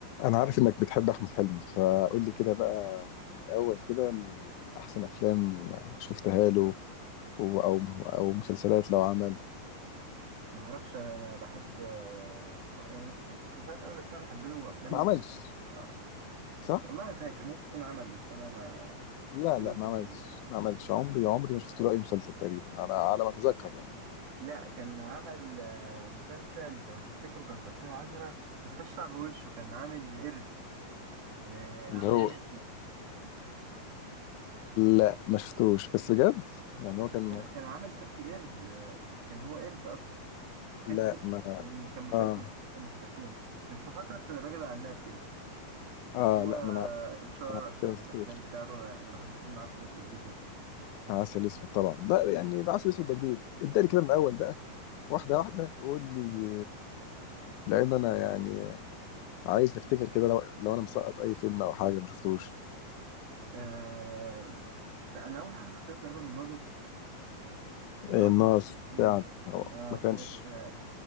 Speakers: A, on the left; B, on the right.
A: انا عارف انك بتحب احمد حلمي فقول لي كده بقى من الاول كده ال- احسن افلام شفتها له و- او او مسلسلات لو عمل
B: ما اعرفش انا بحب آه، ما يعني ما شفتلوش مسلسلات قوي بس انا بحب له افلام
A: ما عملش
B: آه،
A: صح
B: والله ما فاكر ممكن يكون عمل بس انا ما
A: لا
B: ما شفتلوش
A: لا ما
B: يعني
A: عملش ما عملش عمري عمري ما شفت له اي مسلسل تقريبا على على ما اتذكر يعني
B: لا كان عمل آه، مسلسل لو تفتكروا كان في 2010 بس كانش صعب وشه كان عامل قرد آه،
A: اللي
B: عملية
A: هو
B: ميسي
A: لا ما شفتوش بس بجد يعني هو كان
B: كان كان عامل شكل قرد آه، كان هو قرد اصلا كانش
A: لا
B: فيلم
A: ما
B: كان كان مسلسل
A: اه
B: مش كرتون كان في فترة الراجل العناب كده بس
A: اه
B: هو
A: لا ما انا
B: اتشهر
A: ما أنا
B: اكتر
A: كده ما
B: بالافلام
A: شفتوش
B: بتاعته انا أنا بحب فيلم عسل اسود جدا
A: عسل اسود طبعا لا يعني ده عسل اسود ده جديد ادالي كده من الاول بقى واحده واحده وقول لي لان انا يعني عايز افتكر كده لو لو انا مسقط اي فيلم او حاجه ما شفتوش
B: آه انا اول حاجه شفتها تقريبا الناظر الناظر
A: آه، الناس
B: آه. الدين
A: فعلا هو
B: اه
A: ما
B: ابتدى
A: كانش
B: كده